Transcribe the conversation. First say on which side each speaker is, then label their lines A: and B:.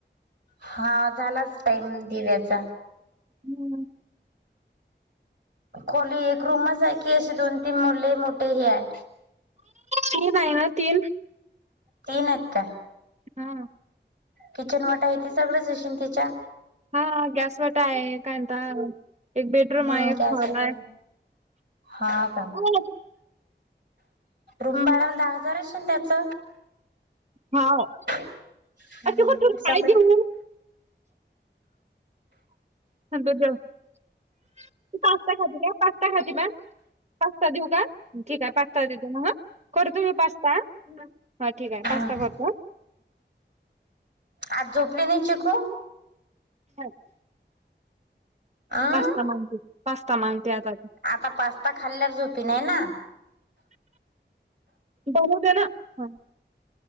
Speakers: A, on the right (about 70°); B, on the right (about 35°).
A: हा झालाच टाईम दिव्याचा
B: हम्
A: खोली एक रूमच आहे की असे दोन तीन मोले लय मोठे हे आहे.
B: तीन आहे ना तीन
A: तीन आहेत काय?
B: हा
A: किचन वटा आहे ते सगळचं येशीन तिच्या
B: हा गॅसवटा आहे कायता एक बेडरूम
A: हम्म
B: आहे एक
A: गॅस
B: हॉल
A: वगैरे
B: आहे.
A: हा का
B: <unintelligible>
A: रूम भाडा दहा हजार असेन त्याच
B: हाव.
A: हम्म
B: अ, तू कुठून
A: स
B: काय देऊ? <unintelligible> तू पास्ता खाते का पस् काय खाती मग पास्ता देऊ का ठीक आहे पास्ता देते मं ह करतो मी पास्ता हा ठीक आहे
A: हम्म
B: पास्ता करतो हं
A: आज झोपली नाही चिकू
B: नाय.
A: अं
B: पास्ता मांगते पास्ता मांगते आता ती
A: आता पास्ता खाल्ल्यावर झोपीन हाय ना
B: बनवते ना हं